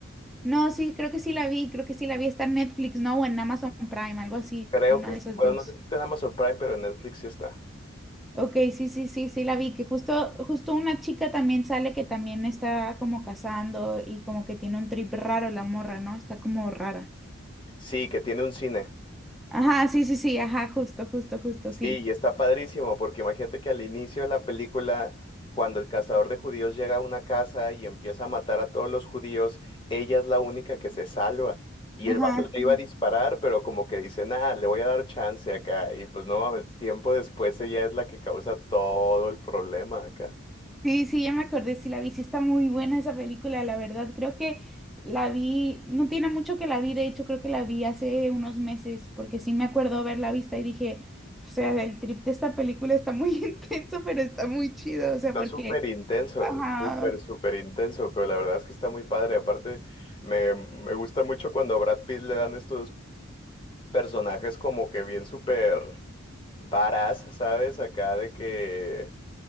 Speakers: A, in the centre; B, on the left (about 25°).
A: No, sí, creo que sí la vi, creo que sí la vi. Está en Netflix, ¿no? O en Amazon Prime, algo así,
B: Creo
A: una
B: que, es-
A: de esas
B: bueno,
A: dos.
B: no sé si está en Amazon Prime, pero en Netflix sí está.
A: Ok, sí, sí, sí, sí, la vi, que justo, justo una chica también sale que también está como cazando y como que tiene un trip raro la morra, ¿no? Está como rara.
B: Sí, que tiene un cine.
A: Ajá, sí, sí, sí, ajá, justo, justo, justo,
B: Sí,
A: sí.
B: y está padrísimo, porque imagínate que al inicio de la película, cuando el cazador de judíos llega a una casa y empieza a matar a todos los judíos, ella es la única que se salva. Y
A: Ajá.
B: el vato le
A: Sí,
B: iba a disparar, pero como que dice, nada, le voy a dar chance acá. Y pues no, mames, tiempo después ella es la que causa todo el problema acá.
A: sí, sí, ya me acordé, sí la vi, sí está muy buena esa película, la verdad, creo que la vi, no tiene mucho que la vi, de hecho creo que la vi hace unos meses, porque sí me acuerdo haberla vista y dije, o sea, el trip de esta película está muy <laughs> intenso, pero está muy chido, o sea,
B: Está
A: porque...
B: súper intenso,
A: Ajá.
B: súper, súper intenso, pero la verdad es que está muy padre. Aparte, me, me gusta mucho cuando a Brad Pitt le dan estos personajes como que bien súper varas, ¿sabes? Acá de que